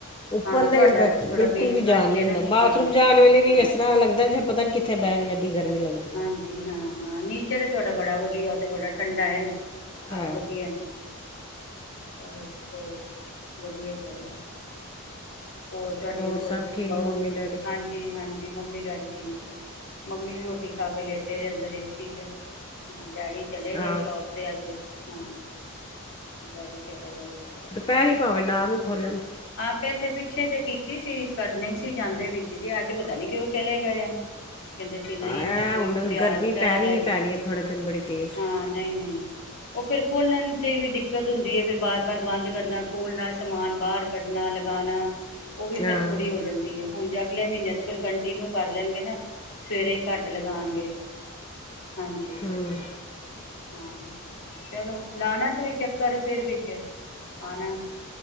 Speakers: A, on the left (about 20°); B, on the left (about 70°).
A: ਉੱਪਰ
B: ਹਾਂ
A: ਦੇ
B: ਤੁਹਾਡਾ
A: ਬੈਠ
B: ਥੋੜਾ
A: ਬਿਲਕੁਲ
B: ਬੇਸਮੈਂਟ
A: ਵੀ ਜਾਣ ਨੀ
B: ਚ
A: ਹੁੰਦਾ
B: ਨਾ
A: ਬਾਥਰੂਮ
B: ਹਾਂ
A: ਜਾਣ ਵੇਲੇ
B: ਹਾਂ
A: ਵੀ ਇਸ ਤਰ੍ਹਾਂ ਲੱਗਦਾ ਜੇ ਪਤਾ ਨਹੀਂ ਕਿੱਥੇ ਬਹਿ ਐਡੀ ਗਰਮੀ ਲੱਗਦੀ।
B: ਹਾਂਜੀ ਹਾਂ ਨੀਚਰ ਤੁਹਾਡਾ ਬੜਾ ਵਧੀਆ ਤੇ ਬੜਾ ਠੰਡਾ ਹੈ। ਆਹ
A: ਹਾਂ
B: ਵਧੀਆ। ਚਲੋ ਜੀ ਹੋਰ ਵਧੀਆ ਚਾਹੀਦਾ। ਹੋਰ ਤੁਹਾਡੇ ਛੋ
A: ਸਭ ਠੀਕ
B: ਬਹੁ
A: ਮੰਮੀ ਡੈਡੀ
B: ਹਾਂਜੀ ਹਾਂਜੀ। ਜੀ ਮੰਮੀ ਡੈਡੀ ਠੀਕ ਹੈ। ਮੰਮੀ ਵੀ ਰੋਟੀ ਖਾ ਕੇ ਲੇਟੇ ਰਹੇ ਅੰਦਰ ਏ ਲੋਬੀ ਚ ਡੈਡੀ ਚਲੇ ਗਏ
A: ਆਹ
B: ਸ਼ੋਪ ਤੇ ਅੱਜ ਹਾਂ ਡੈਡੀ। ਚਲੇ ਗਏ। ਤੇ
A: ਦੁਪਹਿਰੀ ਭਾਵੇਂ ਨਾ ਵੀ ਖੋਲਣ।
B: ਹਾਂ ਪਹਿਲੇ ਪਿੱਛੇ ਜੇ ਕੀਤੀ ਸੀ ਕਰਨੀ ਸੀ ਜਾਂਦੇ ਵਿੱਚ ਜੇ ਇਹ ਪਤਾ ਨੀ ਕਿਉਂ ਚਲੇ ਗਏ ਆ। ਕਹਿੰਦੇ ਸੀ ਨਹੀਂ
A: ਐ
B: ਜਾਂ ਕੋਈ
A: ਹੁਣ
B: ਤਿਆਰ
A: ਗਰਮੀ
B: ਵਗੈਰਾ
A: ਪੈਣੀ
B: ਹੋਏ
A: ਹੀ ਪੈਣੀ ਹੈ ਥੋੜ੍ਹੇ ਦਿਨ ਬੜੀ ਤੇਜ਼
B: ਹਾਂ ਨਹੀਂ ਨਹੀਂ। ਉਹ ਫਿਰ ਖੋਲਣ ਤੇ ਵੀ ਦਿੱਕਤ ਹੁੰਦੀ ਹੈ ਫਿਰ ਬਾਰ ਬਾਰ ਬੰਦ ਕਰਨਾ ਖੋਲਣਾ ਸਮਾਨ ਬਾਹਰ ਕੱਢਣਾ ਗਾਣਾ ਉਹ ਵੀ ਫੇਰ
A: ਹਾਂ
B: ਥੋੜ੍ਹੀ ਹੋ ਜਾਂਦੀ ਹੈ ਹੁਣ ਜਾ ਅਗਲੇ ਮਹੀਨੇ ਤੋਂ ਫਿਰ ਕੰਟੀਨਿਊ ਕਰ ਲੈਣਗੇ ਨਾ। ਸਵੇਰੇ ਹੀ ਕੱਟ ਲਗਾਉਣਗੇ। ਹਾਂਜੀ
A: ਹੂੰ
B: ਹਾਂ। ਚਲੋ। ਨਾ ਨਾ ਕੋਈ ਚੱਕਰ ਫਿਰ ਵੀ ਕੈ ਆਣਾ।